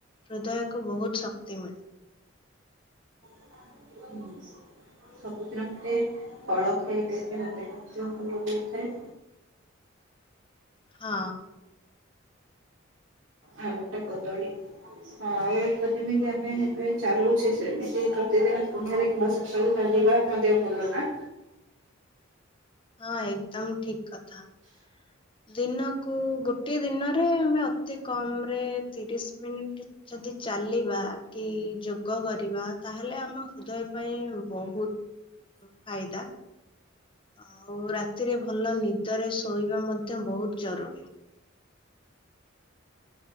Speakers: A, on the left; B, on the right.
A: ହୃଦୟକୁ ବହୁତ ଶକ୍ତି ମିଳେ।
B: <inaudible> ସବୁଦିନ ଗୋଟେ ଫଳ ଖାଇଲେ ଦେହ ପାଇଁ ମଧ୍ୟ ଭଲ ହୋଇଥାଏ।
A: ହଁ।
B: ଆଉ ଗୋଟେ କଦଳି। ହଁ ଏଇତ ଯେମିତି ଆମେ ଏବେ ଚାଲୁଛେ ସେମିତି ପ୍ରତିଦିନ ସନ୍ଧ୍ୟାରେ କିମ୍ବା ସକାଳେ ଚାଲିବା। ତମ ଦେହ ଭଲ ନା?
A: ହଁ ଏକଦମ୍ ଠିକ୍ କଥା। ଦିନକୁ ଗୋଟଏ ଦିନରେ ଆମେ ଅତି କମରେ ତିରିଶ ମିନିଟ୍ ଯଦି ଚାଲିବା କି ଯୋଗ କରିବା ତାହେଲେ ଆମ ହୃଦୟ ପାଇଁ ବହୁତ ଫାଇଦା ଆଉ ରାତିରେ ଭଲ ନିଦରେ ଶୋଇବା ମ ତ ବହୁତ ଜରୁରୀ।